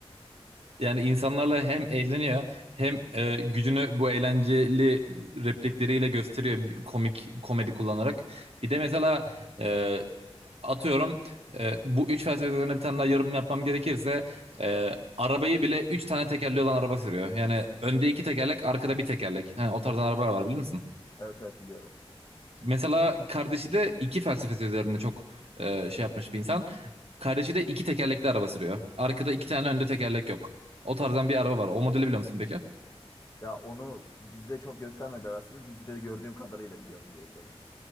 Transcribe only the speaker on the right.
Yani insanlarla hem eğleniyor hem e, gücünü bu eğlenceli replikleriyle gösteriyor bir komik komedi kullanarak. Bir de mesela e, Atıyorum e, bu üç felsefe üzerine bir tane daha yorum yapmam gerekirse e, arabayı bile üç tane tekerli olan araba sürüyor. Yani önde iki tekerlek arkada bir tekerlek. Yani o tarzdan arabalar var bilir misin?
Mesela kardeşi de iki felsefesi üzerine çok e, şey yapmış bir insan. Kardeşi de iki tekerlekli araba sürüyor. Arkada iki tane önde tekerlek yok. O tarzdan bir araba var. O modeli biliyor musun peki?